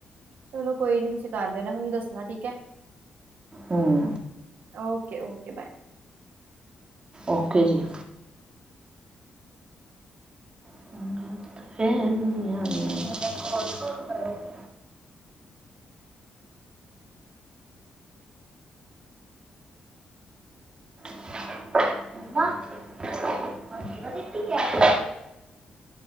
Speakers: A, on the right; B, on the right.
A: ਚਲੋ ਕੋਈ ਨੀ ਤੁਸੀਂ ਕਰ ਲੈਣਾ ਮੈਨੂੰ ਦੱਸਣਾ ਠੀਕ ਹੈ।
B: ਹਮ
A: ਓਕੇ ਓਕੇ ਬਾਏ
B: ਓਕੇ ਜੀ <unintelligible> <unintelligible>